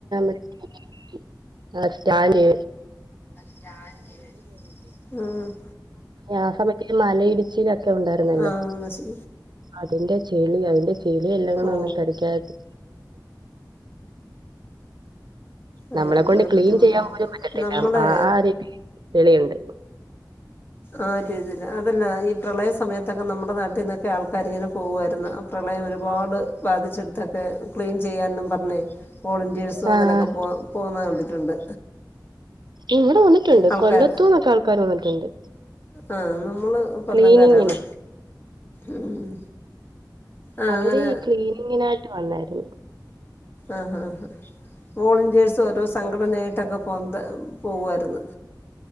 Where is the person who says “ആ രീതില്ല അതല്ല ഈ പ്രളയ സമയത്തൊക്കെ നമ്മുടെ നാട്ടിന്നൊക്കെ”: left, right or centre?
Left